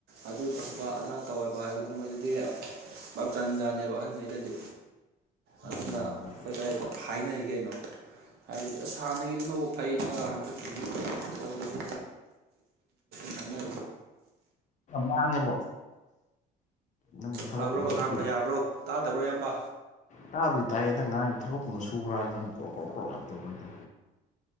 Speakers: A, on the right; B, on the left.
A: ꯑꯗꯨ ꯇꯧꯕ ꯑꯗꯥ ꯇꯧꯥꯏꯕ ꯍꯥꯏꯕꯗꯣ ꯃꯣꯏꯗꯨꯗꯤ ꯄꯞ ꯆꯟ ꯖꯥꯅꯦꯕ ꯑꯍꯟꯉꯩꯗꯗꯤ ꯑꯗꯨꯅ
B: ꯃꯥꯅꯦ ꯃꯥꯅꯦ ꯃꯥꯅꯦ
A: ꯑꯩꯈꯣꯏꯗ ꯍꯥꯏꯅꯔꯤ ꯀꯩꯅꯣ ꯍꯥꯏꯕꯗꯤ ꯑꯁ ꯍꯥꯟꯅꯒꯤꯗꯨꯅꯕꯨ ꯐꯩꯩꯅ ꯍꯟꯗꯛꯀꯤ ꯇꯧꯔꯤꯁꯤ ꯀꯅ ꯈꯥꯏꯅ
B: ꯃꯥꯡꯉꯦꯕꯣ ꯅꯪ ꯊꯕꯛꯀꯨꯝꯕ
A: ꯐꯕ꯭ꯔꯣ
B: ꯁꯨꯕꯤ
A: ꯂꯥꯡꯕ ꯌꯥꯕ꯭ꯔꯣ ꯇꯥꯗꯕ꯭ꯔꯣ ꯏꯌꯥꯝꯕ
B: ꯇꯥꯕꯨꯗꯤ ꯇꯥꯏꯌꯦ ꯅꯪ ꯉꯥꯏ ꯊꯕꯛꯀꯨꯝꯕ ꯁꯨꯕ꯭ꯔꯥ ꯅꯪ ꯀ ꯀ ꯀꯛ ꯀ ꯇꯧꯕꯗ